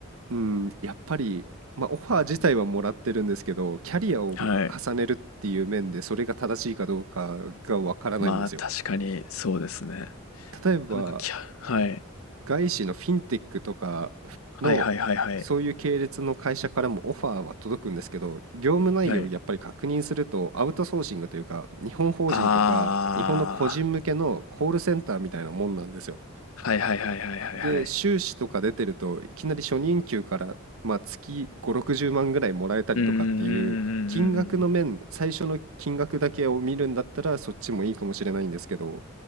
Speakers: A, on the right; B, on the left.
A: うん、やっぱり、まあ、オファー自体はもらってるんですけど、キャリアを重ねるっていう面で、
B: はい。
A: それが正しいかどうかがわからないんですよ。
B: まあ、確かにそうですね。な
A: 例えば、
B: かなかきゃはい。
A: 外資のフィンテックとかの、
B: はいはいはいはい。
A: そういう系列の会社からもオファーは届くんですけど、業務内容をやっぱり確認すると、
B: はい。
A: アウトソーシングというか、日本法人とか、
B: あ
A: 日本の個人向けのコールセンターみたいなもんなんですよ。
B: あ、はいはいはいはいはいはい。
A: で、修士とか出てると、いきなり初任給から、まあ、月5、60万ぐらいもらえたりとかっていう、
B: うーん、うんうんうんうん
A: 金額の面、最初の金額だけを見るんだったら、そっちもいいかもしれないんですけど、